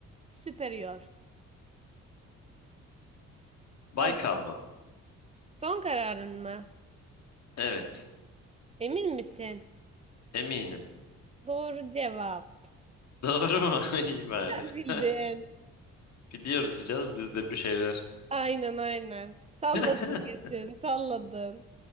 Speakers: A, on the right; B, on the left.
A: Superior.
B: Baykal
A: Hazar.
B: mı?
A: Son kararın mı?
B: Evet.
A: Emin misin?
B: Eminim.
A: Doğru cevap.
B: Doğru mu? <laughs> İyi bari.
A: Sen bildin.
B: <laughs> Biliyoruz canım biz de bir şeyler.
A: Aynen aynen. Salladın
B: <laughs>
A: kesin, salladın.